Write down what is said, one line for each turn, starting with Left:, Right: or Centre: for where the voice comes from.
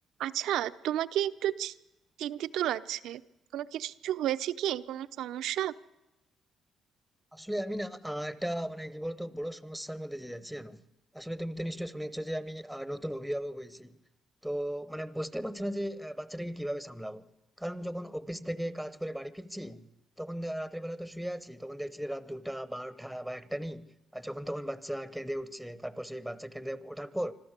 Right: আচ্ছা তোমাকে একটু চি- চিন্তিত লাগছে কোনো কিছু হয়েছে কি কোনো সমস্যা
Centre: আসলে আমি না আহ, একটা মানে কি বলতো বড় সমস্যার মধ্যে দিয়ে যাচ্ছি জানো আসলে তুমি তো নিশ্চয়ই শুনেছো যে আমি আহ, নতুন অভিভাবক হয়েছি তো মানে বুঝতে পারছি না যে আহ, বাচ্চাটাকে কিভাবে সামলাবো কারণ যখন অফিস থেকে কাজ করে বাড়ি ফিরছি তখন দে- রাতের বেলা তো শুয়ে আছি তখন দেখছি যে রাত দুটা বারোটা বা একটা নেই আর যখন তখন বাচ্চা কেঁদে উঠছে তারপর সেই বাচ্চা কেঁদে ওঠার পর